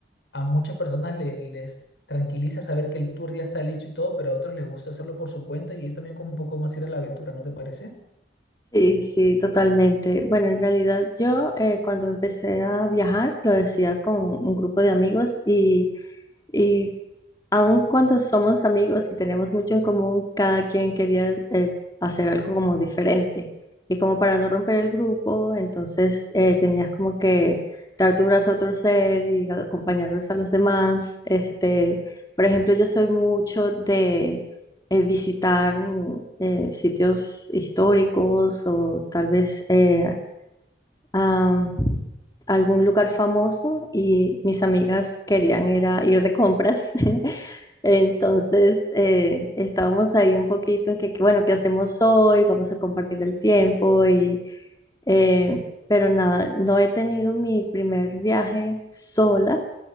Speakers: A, on the left; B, on the left.
A: a muchas personas le- les tranquiliza saber que el tour ya está listo y todo, pero a otros les gusta hacerlo por su cuenta y es también como un poco más ir a la aventura, ¿no te parece?
B: Sí, sí, totalmente. Bueno, en realidad yo eh, cuando empecé a viajar lo decía con un grupo de amigos y, y Aun cuando somos amigos y tenemos mucho en común, cada quien quería eh, hacer algo como diferente. Y como para no romper el grupo, entonces eh, tenías como que dar tu brazo a torcer y acompañarlos a los demás. Este, por ejemplo, yo soy mucho de eh, visitar mm, eh, sitios históricos o tal vez eh, a algún lugar famoso y mis amigas querían era ir de compras. <laughs> Entonces, eh, estábamos ahí un poquito en que, que, bueno, ¿qué hacemos hoy? Vamos a compartir el tiempo y, eh, pero nada, no he tenido mi primer viaje sola,